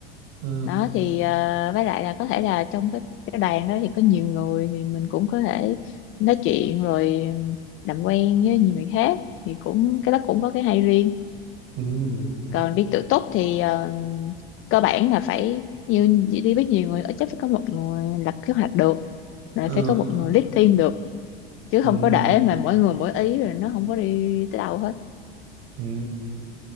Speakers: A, on the right; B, on the left.
A: ờ,
B: đó thì ờ, với lại là có thể là trong cái cái đoàn đó thì có nhiều người thì mình cũng có thể nói chuyện rồi làm quen với nhiều người khác thì cũng cái đó cũng có cái hay riêng
A: ừ,
B: còn đi tự túc thì ờ, cơ bản là phải như đi với nhiều người ít nhất phải có một người lập kế hoạch được rồi
A: ờ,
B: phải có một người lead team được chứ
A: ừ,
B: không có để mà mỗi người mỗi ý rồi nó không có đi tới đâu hết
A: ừ.